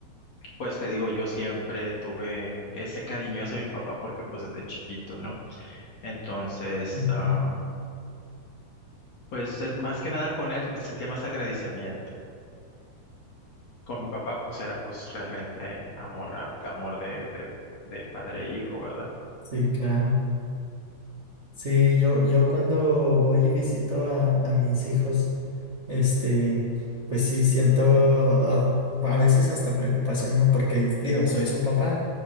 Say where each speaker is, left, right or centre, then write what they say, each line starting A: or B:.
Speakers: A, on the left; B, on the right.
A: pues te digo, yo siempre tuve ese cariño hacia mi papá porque pues desde chiquito, ¿no? Entonces,
B: ujú.
A: am, pues eh, más que nada con él me sentía más agradecimiento con mi papá, pues era pues realmente amor, a- amor de, de, de padre e hijo, ¿verdad?
B: Sí, claro. Sí, yo, yo cuando voy y visito a, a mis hijos, este, pues sí, siento ah, a, veces hasta preocupación, ¿no? Porque digo, soy su papá,